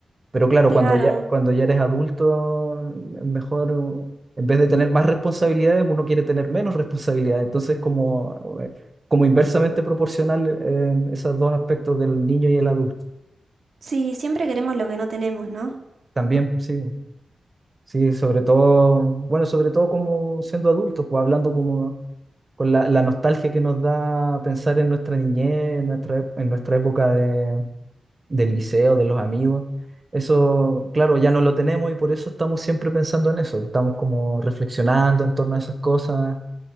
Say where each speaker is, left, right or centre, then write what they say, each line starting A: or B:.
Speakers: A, on the right; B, on the right.
A: Pero claro,
B: Claro,
A: cuando ya, cuando ya eres adulto, es mejor, uh, en vez de tener más responsabilidades, uno quiere tener menos responsabilidades. Entonces, como, eh, como inversamente proporcional, eh, esos dos aspectos del niño y el adulto.
B: sí, siempre queremos lo que no tenemos, ¿no?
A: También, pues, sí, bo. sí, sobre todo, bueno, sobre todo como siendo adultos, pues hablando como con la, la nostalgia que nos da pensar en nuestra niñez, en nuestra, ep- en nuestra época de del liceo, de los amigos. Eso, claro, ya no lo tenemos y por eso estamos siempre pensando en eso. Estamos como reflexionando en torno a esas cosas,